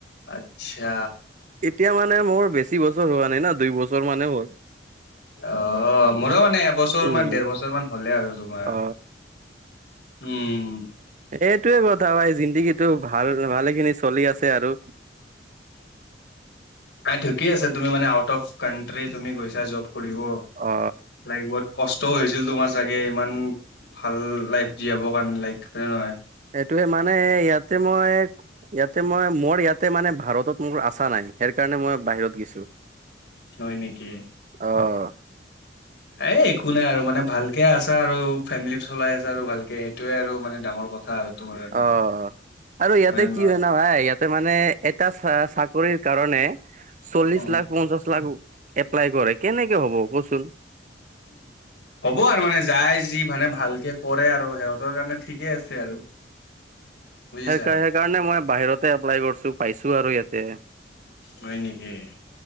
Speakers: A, on the left; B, on the right.
A: আচ্ছা।
B: এতিয়া মানে মোৰ বেছি বছৰ হোৱা নাই না দুই বছৰ মানে হ'ল।
A: অ মোৰো মানে এবছৰ
B: উম
A: মান দেৰ বছৰ মান হ'লে আৰু তোমাৰ।
B: অ
A: উম।
B: এইটোৱে কথা ভাই জিন্দগীটো ভাল ভালে খিনি চলি আছে আৰু।
A: ঠিকে আছে তুমি মানে আউট অফ কানট্ৰি তুমি গৈছা জ। কৰিব
B: অ
A: লাইক বত। কষ্টও হৈছিল তোমাৰ চাগে ইমান ভাল লাইফ জীয়াবৰ কাৰণে লাইক হয়ে নহয়।
B: সেইটোৱে মানে ইয়াতে মই। ইয়াতে মই মোৰ ইয়াতে মানে ভাৰতত মোৰ আশা নাই সেই কাৰণে মই বাহিৰত গৈছোঁ।
A: হয় নেকি?
B: অ'।
A: এ একো নাই আৰু মানে ভালকে আছা আৰু ফেমিলি চলাই আছা আৰু ভালকে সেইটোয়ে আৰু মানে ডাঙৰ কথা। আৰু তোমাৰ কাৰণে
B: অ'। আৰু ইয়াতে
A: হয় নে নহয়?
B: কি জান ভাই ইয়াতে মানে এটা চা-চাকৰিৰ কাৰণে। চল্লিশ
A: উম।
B: লাখ পঞ্চাশ লাখ এপ্লাই কৰে। কেনেকে হ'ব? কচোন
A: হ'ব আৰু মানে যাই। যি মানে ভালকে কৰে আৰু সিহঁতৰ কাৰণে ঠিকে আছে আৰু। বুজিছা
B: সেইকাৰ সেইকাৰণে মই বাহিৰতে এপ্লাই কৰিছোঁ পাইছোঁ আৰু ইয়াতে। আহ
A: হয় নেকি?